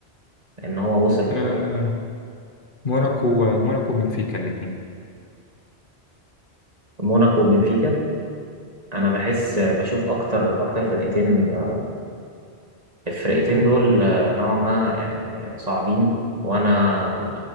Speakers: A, on the right; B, on the left.
A: ان هو وصل
B: آه
A: آه،
B: موناكو موناكو وبنفيكا الاثنين
A: موناكو وبنفيكا انا بحس آه، بشوف اكتر اكتر فرقتين آه، الفرقتين دول آه، نوعا ما يعني صعبين وانا